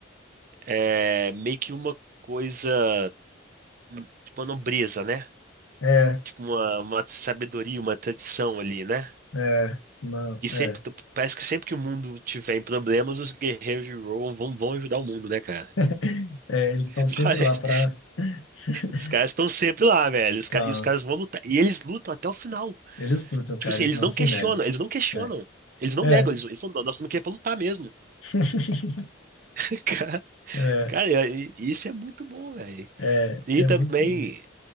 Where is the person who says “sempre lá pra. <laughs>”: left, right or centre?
Left